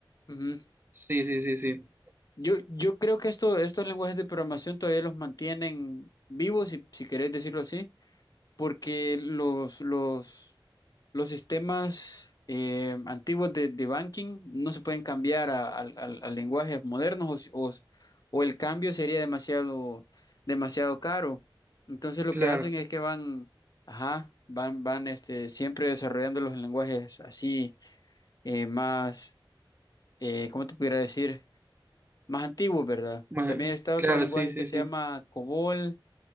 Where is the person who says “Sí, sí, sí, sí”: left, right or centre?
Right